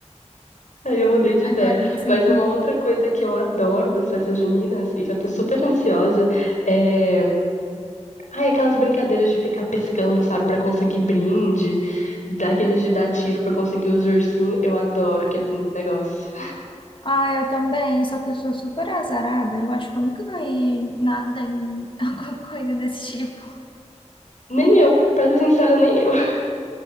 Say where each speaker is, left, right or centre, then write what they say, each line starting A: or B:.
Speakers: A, on the left; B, on the left.
A: Aí eu mudei de
B: Agora
A: ideia.
B: você
A: Mas
B: entendeu.
A: uma outra coisa que eu adoro das festas juninas e que eu tô super ansiosa é. Ai, aquelas brincadeiras de ficar pescando, sabe, pra conseguir brinde, daqueles de dar tiro pra conseguir os ursinhos. Eu adoro aquele negócio.
B: Ah, eu também, só que eu sou super azarada. Eu acho que eu nunca ganhei nada em <laughs> alguma coisa desse tipo.
A: Nem eu, pra ser sincera, nem eu. <laughs>